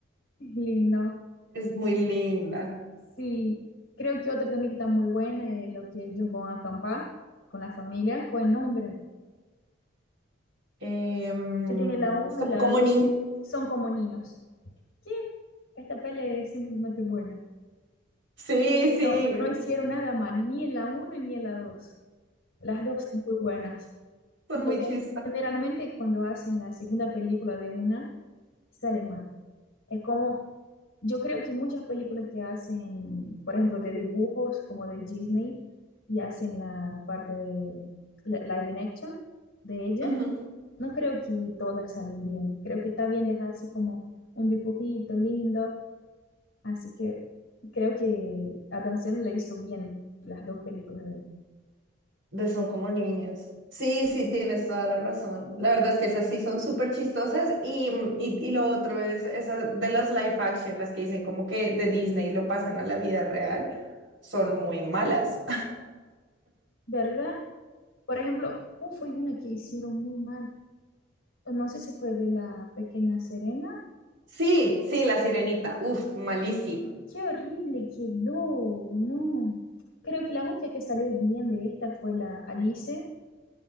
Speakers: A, on the left (about 75°); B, on the right (about 70°).
A: es lindo.
B: Es muy linda.
A: Sí. Creo que otra también que está muy buena es lo que ellos van a acampar con la familia, con el nombre.
B: Em,
A: que tiene la uno
B: son
A: y la
B: como
A: dos
B: niños.
A: son como niños. Que esta peli es simplemente buena.
B: Sí, sí,
A: No, no, no hicieron nada mal, ni en la uno ni en la dos Las dos son muy buenas.
B: son muy
A: Porque
B: chistas.
A: generalmente cuando hacen la segunda película de una, sale mal. Es como, yo creo que muchas películas que hacen, por ejemplo, de dibujos como de Disney, y hacen la parte de la- live in action de ella
B: Ujú,
A: No creo que todas salen bien. Creo que está bien dejar así como un dibujito lindo. Así que creo que Adam Sandler hizo bien las dos películas de él.
B: De son como niños. Sí, sí, tienes toda la razón. La verdad es que esas sí son súper chistosas y, mm, y, y lo otro es esas de las live action, las que dicen como que de Disney lo pasan a la vida real, son muy malas.
A: ¿Verdad? Por ejemplo, ¿cómo fue una que hicieron muy mal? No sé si fue de la Pequeña Serena.
B: Sí, sí, La Sirenita. Uf, malísima.
A: Qué horrible quedó, no. Creo que la única que salió bien de esta fue la Alice